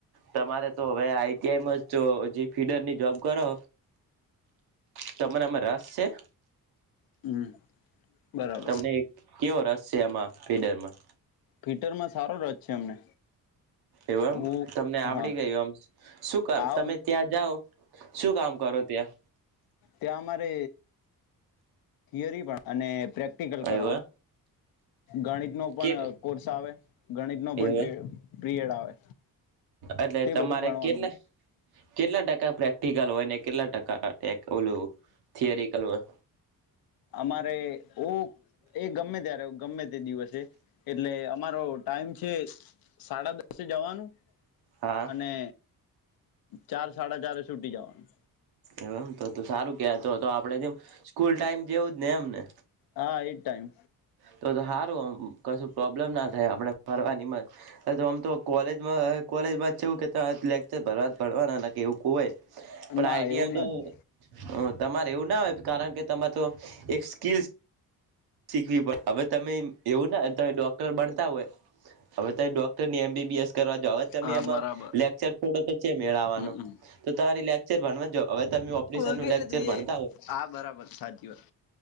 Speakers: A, on the right; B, on the left.
A: તમારે તો હવે આઈટીઆઈમાં જ તો જે ફીડર ની જોબ કરો. તમારા આમાં રસ છે.
B: હમ બરાબર
A: તમને કેવો રસ છે આમાં ફ્રીડરમાં
B: ફિટર માં સારો રસ છે અમને
A: એવું
B: હું
A: એમ તમને આવડી
B: હા
A: ગયું એમ શું કર
B: આ
A: તમે ત્યાં જાઓ શું કામ કરો ત્યાં
B: ત્યાં અમારે થિયરી પણ અને પ્રેક્ટિકલ કરવાનું
A: એવ
B: ગણિત નો પણ
A: કે
B: કોર્સ આવે ગણિત નો પણ
A: એવ
B: ટ્રે પ્રિયડ આવે.
A: એટલે
B: તે
A: તમારે
B: બધું ભણવાનું
A: કેટલે કેટલા ટકા પ્રેક્ટિકલ હોય ને કેટલા ટકા ઓલું થિયરિકલ હોય.
B: અમારે ઉ એ ગમે ત્યારે ગમે તે દિવસે એટલે અમારો ટાઈમ છે. સાડા દસે જવાનું
A: હા
B: અને ચાર સાડા ચારએ છુટી જવાનું.
A: એમ તો સારું કેતો તો આપડે જેમ સ્કૂલ ટાઈમ જેવું જ ને એમને
B: હા એજ ટાઈમ
A: તો તો સારું કશું પ્રોબ્લેમ ના થાય આપણે ફરવાની તો આમ તો કોલેજમાં કોલેજમાં છેવું કે લેક્ચર ભરવાના ન ક એવું હોય. પણ
B: ના
A: આઈટીઆઈ
B: એવું
A: તો
B: નથી
A: હ તમારે એવું ના હોય કારણ કે તમારે તો એક સ્કીલ હવે તમે એવું નાને તમે ડોક્ટર બનતા હોય હવે ત ડોક્ટરની એમબી કરવા જાઓ હવે તમે
B: હા
A: એમાં
B: બરાબર
A: લેચર થોડો તો ચ્યા મેળ આવાનો
B: હમમ
A: <unintelligible> ભણવા હવે તમે ઓપરેશન
B: વગેરે
A: નું લેક્ચર
B: જોઈએ
A: ભણતા હોય
B: હા બરાબર સાચી વાત